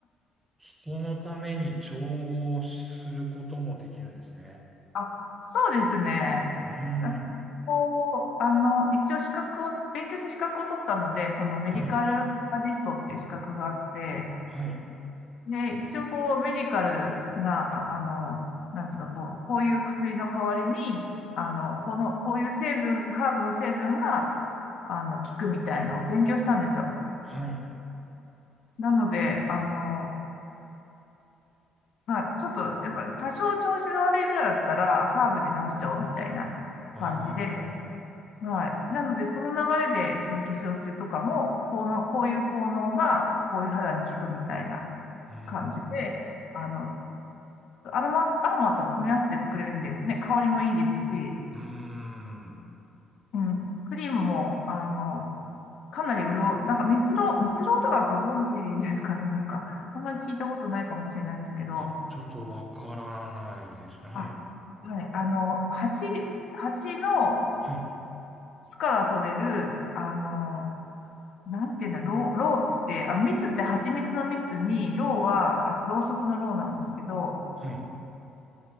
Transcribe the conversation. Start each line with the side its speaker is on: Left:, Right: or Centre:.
Right: 人のために調合することもできるんですね。
Left: あ、そうですね。
Right: うーん。
Left: だこう、あの、一応資格を、勉強して資格を取ったので、そのメディカルバリストっていう資格があって、
Right: はい。はい。
Left: で、一応こう、メディカルな、あの、なんつうか、こう、こういう薬の代わりに、あの、この、こういう成分、ハーブの成分が、あの、効くみたいのを勉強したんですよ。
Right: はい。
Left: なので、あの、まあ、ちょっと、やっぱ、多少調子が悪いぐらいだったら、ハーブで治しちゃおうみたいな感じで、
Right: ああ。
Left: はい。なので、その流れで、その化粧水とかも、このこういう効能が、こういう肌に効くみたいな
Right: うんう
Left: 感じで、
Right: ん
Left: あの、アロマス、アロマと組み合わせて作れるんで、ね、香りもいいですし、
Right: うん。うーん。
Left: うん、クリームも、あの、かなり潤う、なんか蜜蝋、蜜蝋とかご存知ですかねなんか、あんまり聞いたことないかもしれないんですけど、
Right: あ、ちょっとわからないですね。はい。
Left: あ、はい、あの、蜂、蜂の
Right: はい。
Left: 巣から取れる、あの、なんていうんだ、ろう、ろうって、あの、蜜って蜂蜜の蜜に、ろうは、あの、ろうそくのろうなんですけど、
Right: はい。